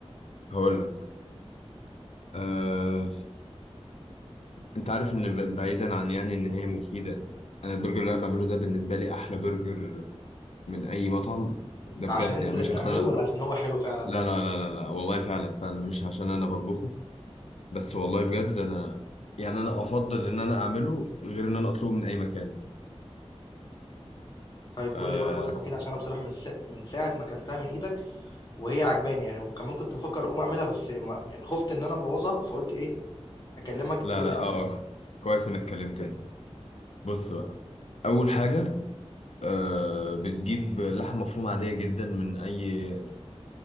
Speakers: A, on the left (about 75°); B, on the left (about 35°).
A: هقول لك آه انت عارف ان ب- بعيدا عن يعني ان هي مفيده انا البرجر اللي انا بعمله ده بالنسبه لي احلى برجر من اي مطعم ده
B: ده
A: بجد
B: عشان انت
A: يعني
B: اللي
A: مش
B: بتعمله
A: عشان
B: ولا عشان هو حلو فعلا
A: لا لا لا لا لا والله فعلا فعلا مش عشان انا بطبخه بس والله بجد انا يعني انا افضل ان انا اعمله غير ان انا اطلبه من اي مكان
B: طيب
A: آه
B: قول لي بقى الوصفه كده عشان انا بصراحه من س... من ساعه ما اكلتها من ايدك وهي عجباني يعني وكمان كنت بفكر اقوم اعملها بس ما... يعني خفت ان انا ابوظها فقلت ايه اكلمك تقول
A: لا لا
B: لي
A: اه
B: عليه
A: كويس انك كلمتني بص بقى اول حاجه آه بتجيب لحم مفروم عاديه جدا من اي